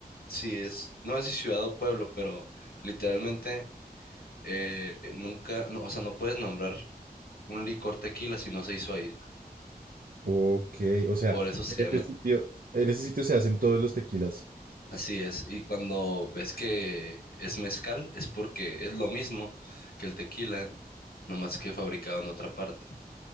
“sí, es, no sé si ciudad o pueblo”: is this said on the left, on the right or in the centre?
Left